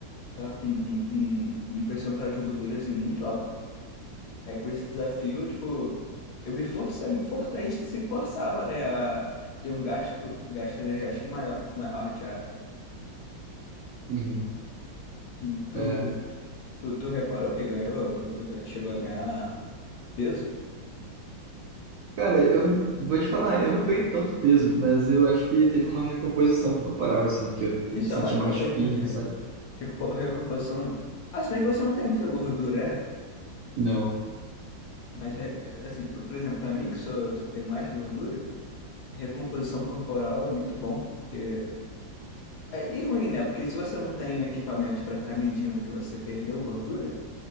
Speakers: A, on the left; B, on the right.
A: tava com um, um, um percentual de gordura assim muito alto. Aí com esse desafio, eu, tipo, eu me forçava, me for... a gente se forçava, né, a ter um gasto, gasto energético maior, maior diário.
B: Uhum.
A: E Tu,
B: É,
A: tu, tu reparou que ganhou, tu tu gan- chegou a ganhar peso?
B: cara, eu vou te falar, eu não ganhei tanto peso, mas eu acho que teve uma recomposição corporal, assim, porque eu
A: Isso
B: me senti
A: é o mais
B: mais
A: importante,
B: firme,
A: né?
B: sabe?
A: Reco- recomposição. Ah, se bem que você não tem muita gordura, é?
B: Não.
A: Mas, é, é, assim, por por exemplo, pra mim que sou, tenho mais gordura. Recomposição corporal é muito bom, porque. É, e ruim, né? Porque se você não tem equipamentos para ficar medindo que você perdeu gordura,